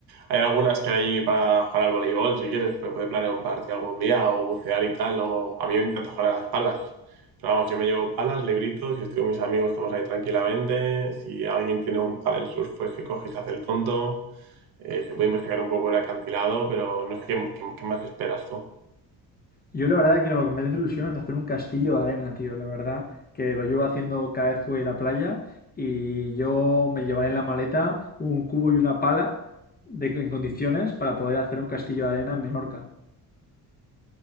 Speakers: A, on the right; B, on the left.
A: Hay algunas que hay para jugar al voleibol, si quieres, pero puede planear un partido algún día o bucear y tal. O... A mí me encanta jugar a las palas. Pero vamos, yo me llevo palas, libritos, y estoy con mis amigos, estamos ahí tranquilamente. Si alguien tiene un paddle surf, pues se coge y se hace el tonto. Eh, se puede investigar un poco el acantilado, pero no sé qué, qué- qué más esperas tú.
B: Yo la verdad que lo que me hace ilusión es hacer un castillo de arena, tío. La verdad que lo llevo haciendo cada vez que voy a la playa y yo me llevaré en la maleta un cubo y una pala de, en condiciones para poder hacer un castillo de arena en Menorca.